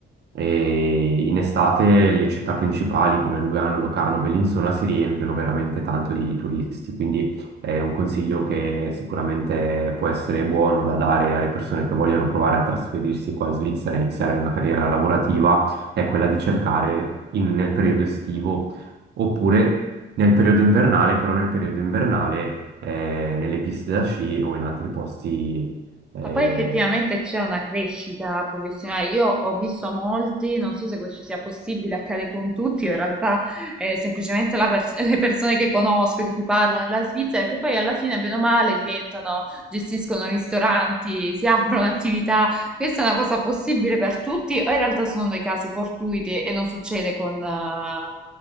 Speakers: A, on the right; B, in the centre.
A: E in estate le città principali come Lugano, Locarno, Bellinzona si riempiono veramente tanto di turisti, quindi è un consiglio che sicuramente può essere buono da dare alle persone che vogliono provare a trasferirsi qua in Svizzera e iniziare una carriera lavorativa, è quella di cercare in- nel periodo estivo oppure nel periodo invernale, però nel periodo invernale eh, nelle piste da sci o in altri posti eh,
B: Ma poi effettivamente c'è una crescita professionale. Io ho visto molti, non so se questo sia possibile, accade con tutti, in realtà eh, semplicemente la pers- le persone che conosco, di cui parlo nella Svizzera, che poi alla fine, bene o male, diventano, gestiscono ristoranti, si aprono attività. Questa è una cosa possibile per tutti, o in realtà sono dei casi fortuiti e non succede con... eh,